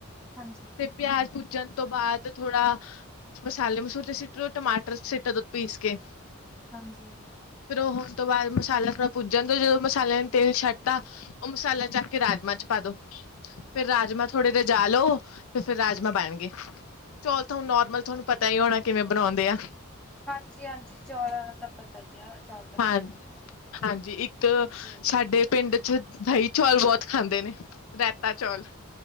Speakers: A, in the centre; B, on the left.
A: ਹਾਂਜੀ
B: ਤੇ ਪਿਆਜ ਭੂਜਣ ਉਸ ਤੋਂ ਬਾਅਦ ਥੋੜਾ ਮਸਾਲੇ ਮਸੁਲੇ ਸੀਟ ਦਿਓ ਟਮਾਟਰ ਸਿਟ ਦੋ ਪੀਸ ਕੇ।
A: ਹਾਂਜੀ।
B: ਫਿਰ ਉਹ ਹੋਣ ਤੋਂ ਬਾਅਦ ਮਸਾਲਾ ਥੋੜਾ ਪੁੱਜਣ ਦੋ ਜਦੋਂ ਮਸਾਲਿਆਂ ਨੇ ਤੇਲ ਛੱਡ ਤਾਂ ਉਹ ਮਸਾਲਾ ਚੱਕ ਕੇ ਰਾਜਮਾ ਚ ਪਾ ਦੋ। ਫੇਰ ਰਾਜਮਾਂ ਥੋੜੇ ਰਜਾਲੋ ਤੇ ਫਿਰ ਰਾਜਮਾਂ ਬਣਗੇ। ਚੋਲ ਤੁਹਾਨੂੰ ਨੋਰਮਲ ਤੁਹਾਨੂੰ ਪਤਾ ਤਾਂ ਹੀ ਹੋਣਾ ਕਿਵੇਂ ਬਣਾਉਂਦੇ ਆ
A: ਹਾਂਜੀ-ਹਾਂਜੀ ਚੌਲਾਂ ਦਾ ਤਾਂ ਪਤਾ ਹੀ ਆ। ਚੌਲ ਤਾਂ
B: ਹਾਂ
A: ਕਿਵੇਂ ਬਣਾਉਂਦੇ।
B: ਹਾਂਜੀ। ਇੱਕ
A: ਹਾਂਜੀ
B: ਸਾਡੇ ਪਿੰਡ ਦਹੀਂ ਚੌਲ ਬਹੁਤ ਖਾਂਦੇ ਨੇ ਰੈਤਾ ਚੌਲ